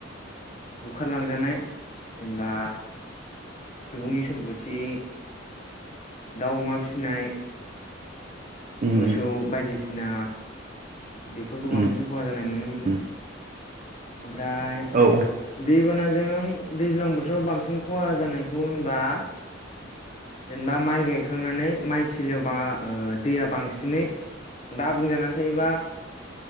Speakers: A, on the left; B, on the right.
A: बुखारलांजानाय जेनेबा सुबुंनि सम्फथि दाउ अमा फिसिनाय
B: उम
A: मोसौ बायदिसिना बेफोरखौ
B: उम
A: बांसिन खहा जानाय नुनो मोनो
B: उम
A: ओमफ्राय
B: औ औ
A: दैबानाजों दैज्लां बोथोराव बांसिन खहा जानायखौ होनबा जेनेबा माइ गायखांनानै माइ थिलियाव बा ओ दैया बांसिनै दा आबुं जानानै थायोबा